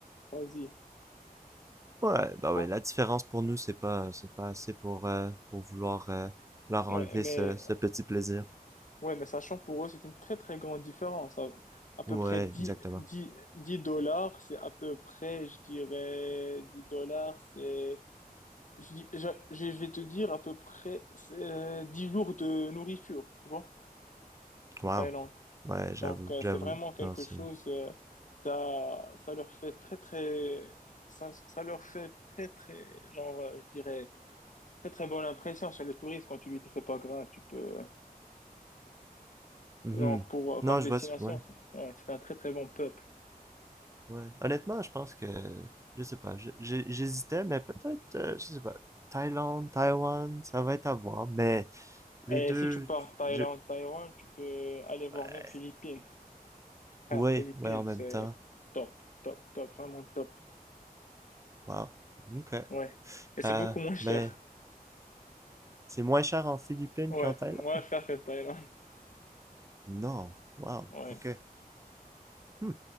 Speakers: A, on the left; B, on the right.
A: Vas-y.
B: Ouais,
A: Tu
B: bah
A: vois?
B: ouais, la différence pour nous, c'est pas c'est pas assez pour euh, pour vouloir euh, leur
A: Ouais,
B: enlever
A: mais,
B: ce, ce petit plaisir.
A: ouais, mais sachant pour eux, c'est une très, très grande différence. À, à peu
B: Ouais,
A: près dix
B: exactement.
A: dix 10 dollars, c'est à peu près, je dirais, 10 dollars, c'est, je, dis- je, je vais te dire à peu près, c'est 10 jours de nourriture. Tu vois? en
B: Wow.
A: Thaïlande.
B: Ouais,
A: Donc,
B: j'avoue,
A: euh,
B: j'avoue.
A: c'est vraiment quelque
B: Non, c'est.
A: chose, euh, ça, ça leur fait très, très, ça, ça leur fait très, très, genre, euh, je dirais, très, très bonne impression sur le touriste quand tu lui dis c'est pas grave, tu peux, euh,
B: Mhm.
A: genre, pour, euh, comme
B: Non,
A: destination,
B: je vois. ce- Ouais.
A: c'est- ouais, c'est un très, très bon peuple.
B: Ouais. Honnêtement, je pense que, je sais pas, je- j'ai- j'hésitais, mais peut-être, euh, je sais pas, Thaïlande, Taïwan, ça va être à voir, mais les
A: Et
B: deux,
A: si tu pars Thaïlande,
B: je-
A: Taïwan, tu peux aller
B: ouais,
A: voir même Philippines. Frère,
B: ouais,
A: Philippines,
B: ouais, en même
A: c'est
B: temps.
A: top, top, top, vraiment top.
B: Wow. Ok.
A: Ouais. Et c'est
B: Euh,
A: beaucoup moins cher.
B: mais c'est moins cher en Philippines
A: Ouais,
B: qu'en Thaïlande?
A: moins cher que Thaïlande.
B: Non. Wow.
A: Ouais.
B: Ok. Hmm.